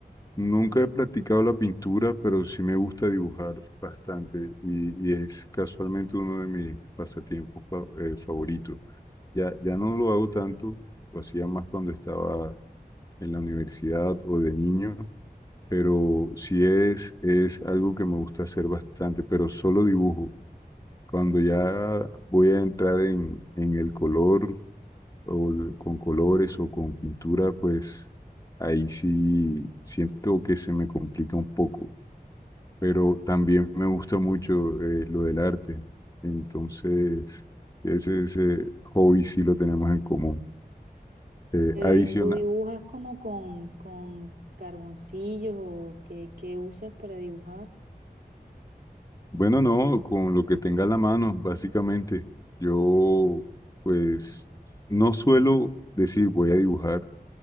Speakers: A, on the left (about 20°); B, on the right (about 75°).
A: nunca he practicado la pintura, pero sí me gusta dibujar bastante y, y es casualmente uno de mis pasatiempos fa- eh, favoritos. Ya, ya no lo hago tanto, lo hacía más cuando estaba en la universidad o de niño, pero sí es, es algo que me gusta hacer bastante, pero solo dibujo. Cuando ya voy a entrar en, en el color o l- con colores o con pintura, pues ahí sí siento que se me complica un poco, pero también me gusta mucho eh, lo del arte, entonces ese, ese hobby sí lo tenemos en común. Eh,
B: Pero
A: adicional,
B: ¿y tú dibujas como con, con carboncillos o qué, qué usas para dibujar?
A: bueno, no, con lo que tenga a la mano, básicamente, yo pues no suelo decir voy a dibujar,